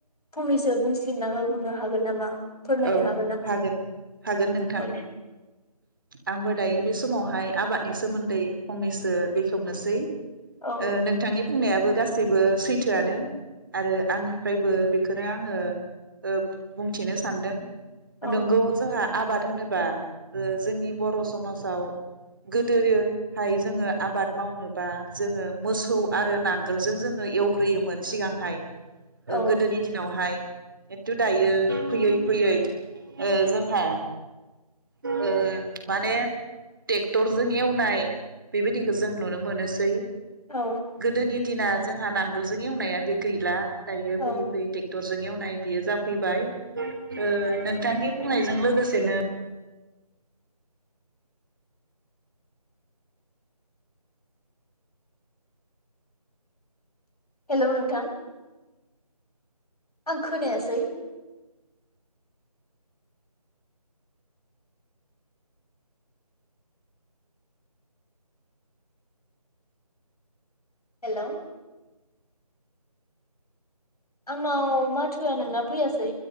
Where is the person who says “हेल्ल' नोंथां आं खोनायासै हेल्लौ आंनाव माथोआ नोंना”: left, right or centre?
Left